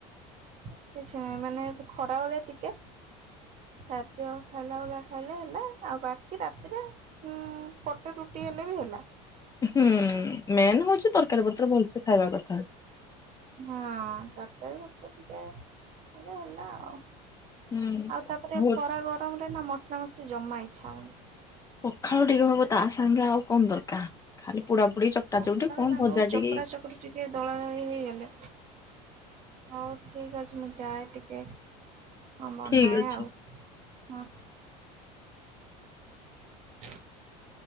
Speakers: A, on the right; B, on the left.
A: କିଛି ନାହିଁ ମାନେ ଖରାବେଳେ ଟିକେ ଖାଦ୍ୟ ଖାଇଲା ଭଳିଆ ଖାଇଲେ ହେଲା ଆଉ ବାକି ରାତିରେ ଉଁ ପଟେ ରୁଟି ହେଲେ ବି ହେଲା।
B: ହୁଁ ମେନ୍ ହଉଛି ତରକାରୀ ପତ୍ର ଭଲସେ ଖାଇବା କଥା।
A: ହଁ ତରକାରୀ ତ ଟିକେ ହେଲେ ହେଲା ଆଉ।
B: ହୁଁ।
A: ଆଉ ତାପରେ
B: ହଉ
A: ଖରା ଗରମରେ ନା ମ ମସଲା ମସଲି ଜମା ଇଚ୍ଛା ହଉନି।
B: ପଖାଳ ଟିକେ ହବ ତା ସାଙ୍ଗେ ଆଉ କଣ ଦରକାର। ଖାଲି ପୋଡା ପୋଡି ଚକଟା
A: ପଖାଳ
B: ଚକଟି କଣ
A: ସାଙ୍ଗକୁ
B: ଭଜା ଟିକେ
A: ଚକଟା ଚକଟି ଟିକେ ଦଳା ଦଳି ହେଇଗଲେ ହଉ ଠିକ୍ ଅଛି ମୁଁ ଯାଏ ଟିକେ ହଁ ମୋର
B: ଠିକ
A: ନାଇଁ
B: ଅଛି
A: ଆଉ ହଁ। <unintelligible>